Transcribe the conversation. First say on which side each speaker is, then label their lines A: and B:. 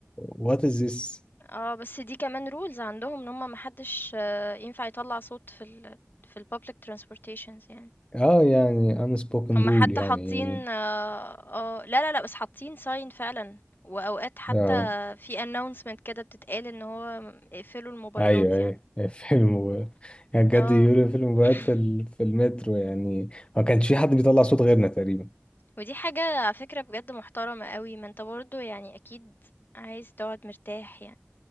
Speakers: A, on the left; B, on the left.
A: what is this؟
B: آه، بس دي كمان rules عندهم إن هم ما حدّش ينفع يطلّع صوت في ال في الpublic transportations يعني.
A: آه يعني unspoken
B: هم
A: rule
B: حتى
A: يعني
B: حاطّين آه، آه، لا، لا، لأ، بس حاطّين sign فعلًا وأوقات حتى
A: آه
B: في announcement كده بتتقال إن هو م اقفلوا الموبايلات
A: ايوه ايوه
B: يعني.
A: <laughs> فيلم و... يعني بجد
B: آه.
A: يوري فيلم بجد
B: <laughs>
A: في ال... في المترو يعني ما كانش في حد بيطلع صوت غيرنا تقريبا
B: ودي حاجة على فكرة بجد محترمة أوي، ما أنت برضه يعني أكيد عايز تقعد مرتاح يعني،